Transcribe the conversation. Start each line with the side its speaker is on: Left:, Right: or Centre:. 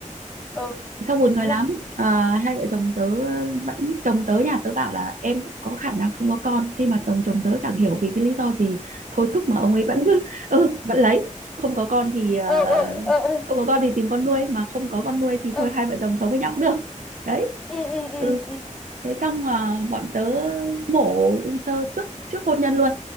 Centre: ừ
Right: Xong buồn
Centre: đúng
Right: cười lắm.
Centre: rồi
Right: Ờ, hai vợ chồng tớ vẫn chồng tớ nhà tớ bảo là em có khả năng không có con thế mà chồng chồng tớ chẳng hiểu vì cái lý do gì thôi thúc mà ông ấy vẫn cứ <laughs> ừ vẫn lấy. Không có con thì ờ,
Centre: ừ ừ ừ ừ
Right: không có con thì tìm con nuôi mà không có con nuôi thì
Centre: ừ.
Right: thôi hai vợ chồng sống với nhau cũng được. Đấy.
Centre: ừ ừ ừ
Right: Ừ
Centre: ừ
Right: thế xong à, bọn tớ mổ u xơ trước trước hôn nhân luôn